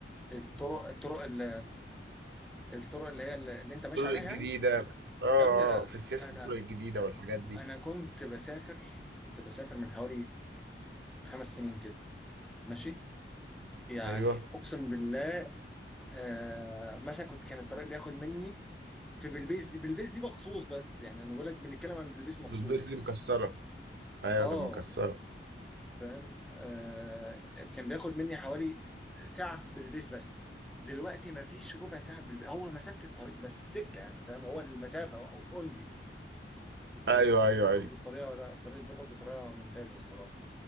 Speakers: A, in the centre; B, on the right.
A: الطرق الطرق ال- الطرق اللي هي اللي انت ماشي
B: الطرق
A: عليها
B: الجديدة
A: يعني يا
B: اه اه
A: يا ابني انا
B: آه. في السياسة
A: انا
B: الطرق الجديدة والحاجات دي
A: انا كنت بسافر كنت بسافر من حوالي خمس سنين كده ماشي يعني
B: ايوه
A: اقسم بالله آه مثلا كنت كان الطريق بياخد مني في بلبيس دي بلبيس دي مخصوص بس يعني انا بقول لك بنتكلم عن بلبيس مخصوص
B: البلدوز دي مكسرة ايوه
A: اه
B: كانت مكسرة
A: فاهم آه كان بياخد مني حوالي ساعة في بلبيس بس دلوقتي ما فيش ربع ساعة في بلبيس هو مسافة الطريق بس سكة يعني فاهم هو المسافة اونلي الطريق
B: ايوه ايوه
A: اتظبط
B: ايوه
A: بالطريقة لا الطريق اتظبط بطريقة ممتازة الصراحة